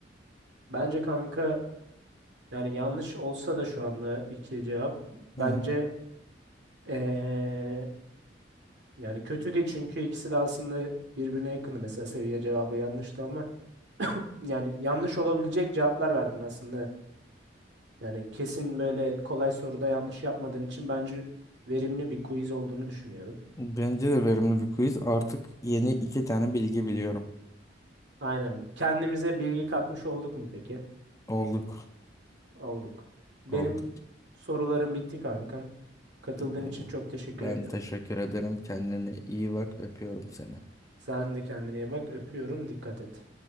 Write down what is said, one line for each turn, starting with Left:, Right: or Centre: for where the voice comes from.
Right: bence kanka yani yanlış olsa da şu anda iki cevap
Left: Hı
Right: bence
Left: hı.
Right: eee, yani kötü değil çünkü ikisi de aslında birbirine yakın. Mesela seviye cevabı yanlıştı ama yani yanlış olabilecek cevaplar verdin aslında. Yani kesin böyle kolay soruda yanlış yapmadığın için bence verimli bir quiz olduğunu düşünüyorum.
Left: Bence de verimli bir quiz. Artık yeni iki tane bilgi biliyorum.
Right: Aynen. Kendimize bilgi katmış olduk mu peki?
Left: Olduk.
Right: Olduk. Benim
Left: Olduk.
Right: sorularım bitti kankam. Katıldığın
Left: Ee,
Right: için çok teşekkür
Left: Ben
Right: ediyorum.
Left: teşekkür ederim. Kendine iyi bak. Öpüyorum seni.
Right: Sen de kendine iyi bak. Öpüyorum. Dikkat et.